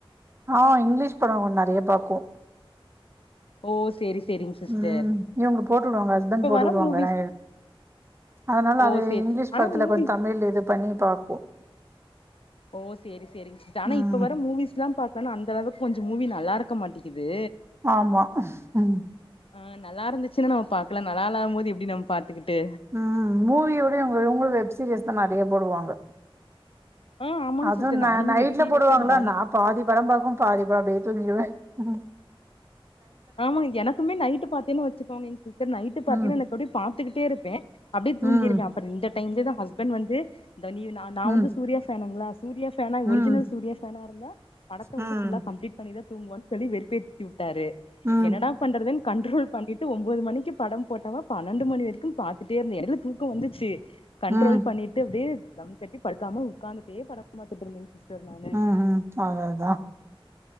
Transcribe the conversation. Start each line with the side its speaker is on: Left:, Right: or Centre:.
Right: ஆ இங்கிலீஷ் பட நெறைய பாக்கு
Left: ஓ சேரி சேரிங் சிஸ்டர்
Right: ம் இவங்க போட்டு விடுவாங்க ஹஸ்பண்ட்
Left: இப்ப
Right: போட்டு
Left: வர
Right: விடுவாங்க
Left: மூவிஸ்
Right: ந அதனால
Left: ஓ
Right: அது
Left: சேரி
Right: இங்கிலீஷ்
Left: ஆனா
Right: படத்துல
Left: மூவிஸ்
Right: கொஞ்சோ தமிழ்ல இது பண்ணி பாப்போம்
Left: ஓ சேரி சேரி ஆனா
Right: ம்
Left: இப்ப வர மூவிஸ்ல்லா பாத் தனா அந்தளவுக்கு கொஞ்சம் மூவி நல்லாருக்க மாட்டிகிது
Right: ஆம்மா ம்
Left: ஆ நல்லாருந்துச்சுனா நம்ம பாக்லா நல்லாலாதம்மோது எப்டி நம் பாத்துகிட்டு
Right: ம் மூவியோட இவுங்க இவுங்க வெப் சீரியஸ் தா நெறைய போடுவாங்க
Left: ஆ ஆமாங்க
Right: அதுவு
Left: சிஸ்டர்
Right: நா
Left: நானுமே
Right: நைட்ல
Left: வெப் சீரிஸ்தா
Right: போடுவாங்களா
Left: இப்ப டவுன்
Right: நா பாதி படம் பாக்கு பாதி படோ அப்டியே தூங்கிடுவே ம்
Left: ஆமாங்க எனக்குமே நைட்டு பாத்தீங்கன்னா வச்சுக்கோங்க சி்ஸ்டர் நைட் பாத்தீங்கன்னா
Right: ம்
Left: எனக்கு அப்டியே பாத்துக்கிட்டேருப்பே அப்டியே
Right: ம்
Left: தூங்கிருவே அப்ப இந்த டைம்லன்னா ஹஸ்பண்ட் வந்து இந்த நீ நா நா
Right: ம்
Left: வந்து சூர்யா பேனுங்ளா சூர்யா பேனா
Right: ம்
Left: ஒரிஜினல் சூர்யா பேனாருந்தா படத்த
Right: ம்
Left: வந்து ஃபுல்லா கம்லீட் பண்ணி தா தூங்குவேனு சொல்லி வெறுப்பேத்தி வுட்டாரு
Right: ம்
Left: என்னடா பண்றதுன் கண்ட்ரோல் பண்ணிட்டு ஒன்போது மணிக்கு படம் போட்டவ பன்னெண்டு மணி வரைக்கு பாத்துட்டேருந்தே எடைல தூக்கம் வந்துச்சு கண்ட்ரோல்
Right: ம்
Left: பண்ணிட்டு அப்டியே தம் கட்டி படுக்காம உக்காந்துட்டே படம் பாத்துட்டுருந்தேங்க சிஸ்டர் நானு
Right: ம் அவ்ளோதா